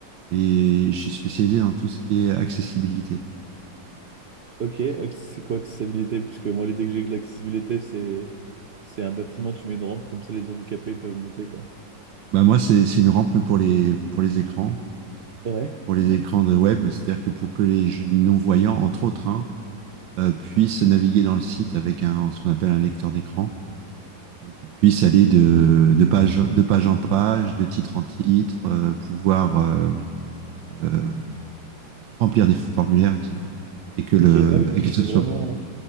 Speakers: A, on the right (about 75°); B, on the right (about 50°).
A: et je suis spécialisé dans tout ce qui est accessibilité.
B: Ok, acc-
A: C'est-
B: c'est quoi accessibilité? Parce que moi, l'idée que j'ai de l'accessibilité, c'est c'est un bâtiment, tu mets une rampe, comme ça les handicapés ils peuvent monter, quoi.
A: Bah moi c'est, c'est une rampe mais pour les, pour les écrans.
B: Ouais.
A: pour les écrans de web, c'est-à-dire que pour que les non-voyants, entre autres, hein, euh, puissent naviguer dans le site avec un, ce qu'on appelle un lecteur d'écran et qu'ils puissent aller de, de page, de page en page, de titre en titre, euh, pouvoir euh, euh, remplir des formulaires, etc. Et que, le,
B: Ok, ah oui, donc
A: et que
B: c'est
A: ce soit
B: vraiment euh,